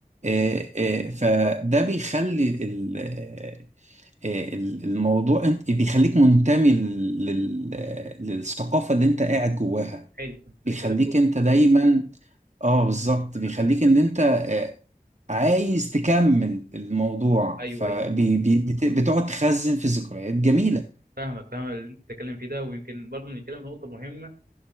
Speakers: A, on the right; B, on the right.
A: آه، آه، فده بيخلي ال- آه، آه، الموضوع انت بيخليك منتمي لل- لل- آه، للثقافة اللي انت قاعد جواها
B: حلو كنت نتكلم
A: بيخليك
B: في
A: انت دايما اه بالظبط
B: احنا
A: بيخليك
B: خلينا نتكلم
A: ان انت
B: في
A: آه، عايز تكمل الموضوع
B: ايوه
A: فبتقعد
B: ايوه
A: تخزن في ذكريات جميلة
B: فاهمك فاهم اللي انت بتتكلم فيه ده ويمكن برضه نتكلم في نقطة مهمة